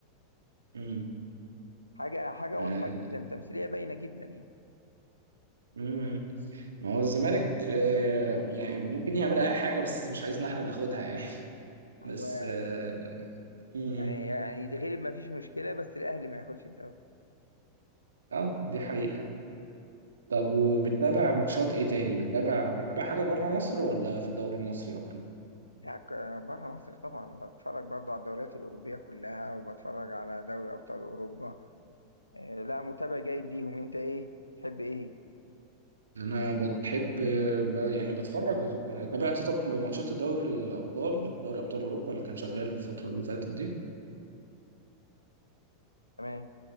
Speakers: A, on the right (about 70°); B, on the left (about 85°).
A: امم
B: حاجة حاجة
A: آه.
B: واضحة جدا تمثيلية باينة جدا يعني
A: امم ما هو الزمالك آه يعني ممكن يعمل أي حاجة بس مش عايزنا احنا ناخدها يعني <laughs> بس
B: ايوه
A: اه, مم.
B: يعني يعني يتغلب ما فيش مشكلة بس الاهلي ما ياخدش الدوري
A: آه. دي حقيقة طب وبتتابع ماتشات ايه تاني بتتابع بتتابع حاجة بره مصر ولا في الدوري المصري اكتر
B: لا ك- بره مصر طبعا بتفرج برضو على الدوريات الاوروبية كلها وبتفرج على دوري ابطال اوروبا آه، لا متابع جيد ليهم انت ايه تحب ايه
A: انا بتحب ب... يعني بتفرج تابعت طب ماتشات الدوري الابطال دوري ابطال اوروبا اللي كان شغال الفترة اللي فاتت دي
B: تمام